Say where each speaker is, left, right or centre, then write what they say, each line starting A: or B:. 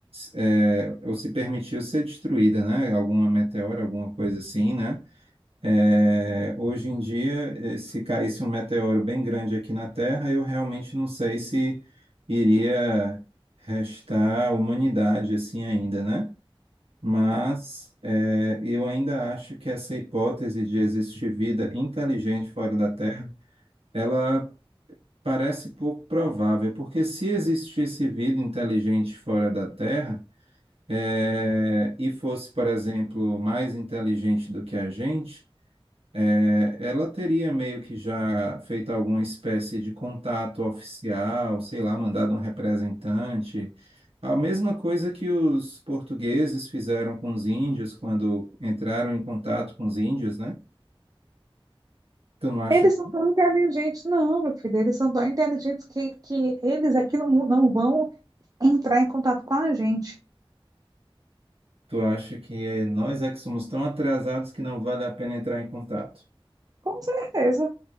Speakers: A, on the right; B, on the right.
A: é, ou se permitiu ser destruída, né? Alguma meteora, alguma coisa assim, né? É, hoje em dia, eh, se caísse um meteoro bem grande aqui na Terra, eu realmente não sei se iria restar humanidade assim ainda, né? Mas é, eu ainda acho que essa hipótese de existir vida inteligente fora da Terra, ela parece pouco provável, porque se existisse vida inteligente fora da Terra, é, e fosse, por exemplo, mais inteligente do que a gente, é, Ela teria meio que já feito alguma espécie de contato oficial, sei lá, mandado um representante. A mesma coisa que os portugueses fizeram com os índios quando entraram em contato com os índios, né? Tu não acha?
B: Eles são tão inteligentes. Não, meu filho, eles são tão inteligentes que, que eles aqui não, não vão entrar em contato com a gente.
A: Tu acha que é, nós é que somos tão atrasados que não vale a pena entrar em contato?
B: Com certeza.